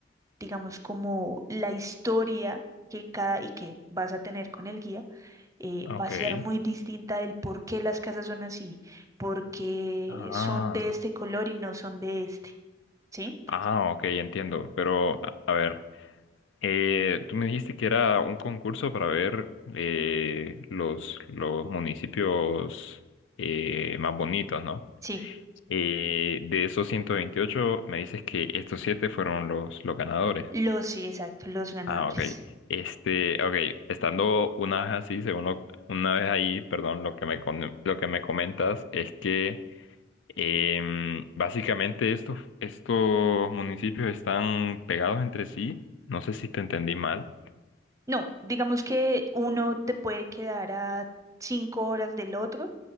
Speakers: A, on the right (about 15°); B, on the left (about 85°).
A: digamos como la historia que cada y que vas a tener con el guía eh,
B: ok.
A: va a ser muy distinta del por qué las casas son así, por qué
B: Ah.
A: son de este color y no son de este, ¿sí?
B: Ah, ok, entiendo. Pero, a, a ver, eh, tú me dijiste que era un concurso para ver eh, los, los municipios eh, más bonitos, ¿no?
A: Sí,
B: Eh, de esos 128, me dices que estos siete fueron los, los ganadores.
A: los, sí, exacto, los ganadores.
B: Ah, ok. Este, ok, estando una vez así, según lo- una vez ahí, perdón, lo que me, con- lo que me comentas es que Em, básicamente estos, estos municipios están pegados entre sí. No sé si te entendí mal.
A: No, digamos que uno te puede quedar a cinco horas del otro,